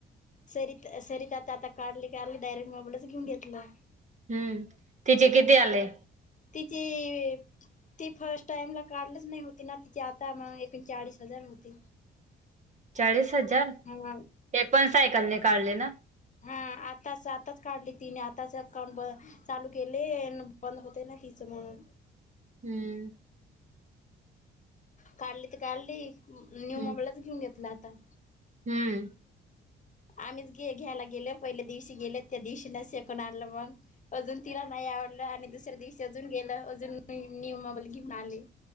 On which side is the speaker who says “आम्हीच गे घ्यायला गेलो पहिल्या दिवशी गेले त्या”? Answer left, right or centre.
Left